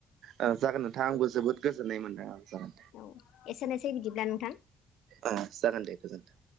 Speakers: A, on the right; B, on the left.
A: ओ जागोन नोंथां आंबो जोबोद गोजोननाय मोनदों ओ जागोन
B: औ एसेनोसै बिदिब्ला नोंथां
A: ओ जागोन दे गोजोनथों